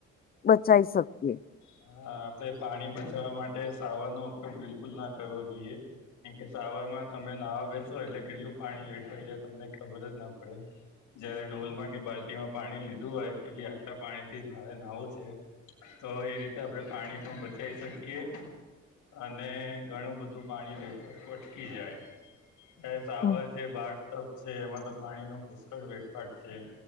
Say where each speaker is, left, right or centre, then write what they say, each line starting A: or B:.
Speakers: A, on the left (about 30°); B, on the left (about 80°).
A: બચાઈ શકીએ.
B: હા આપડણે પાણી બચાવવા માટે સાવર નો ઉપયોગ બિલકુલ ના કરવો જોઈએ. કાર કે સાવર માં તમે નહવા બેસો એટલે કેટલું પાણી વેઠવાાય જાય તમને ખબર જ ના પડે જયારે ડઢોલમાં કે બાલ્ટીમાં પાણી લીધું હોય કે ભાઈ આટલા પાણી થી જ મારે નાવું છે તો એ રીતે આપણે પાણી પણ બચી શકીએ અને ઘણું બધું પાણી વેતુ અટકી જાય. એ સાવર
A: હમ
B: છે બાટ ટપ છે એમાં તો પાણીનો પુષ્કળ વેટભાટ છે